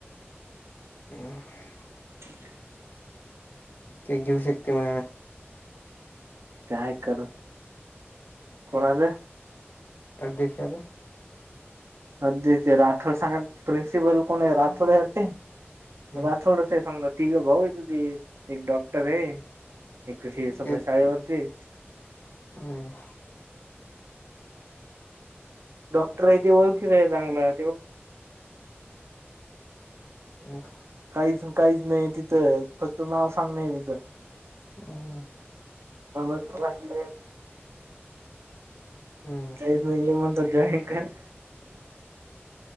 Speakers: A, on the left; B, on the right.
A: ह
B: <unintelligible>
A: ते घेऊ शकते म
B: काय कर कोणाझ
A: अ देख्याला
B: अदी ते राठोड सांगत प्रिन्सिपल कोण राठोडते
A: हम्म
B: राठोड स समज तिघ भाऊ य त ते एक डॉक्टर आहे एक सज
A: ते
B: शाळेवरती
A: हम्म
B: डॉक्टर य ओगतय तंगला
A: हम
B: काहीच काहीच नाही तिथं फक्त नाव सांगणारय तिथं
A: हो
B: म काहि
A: हम्म
B: काहीच नाही ये म्हणत जॉईन कर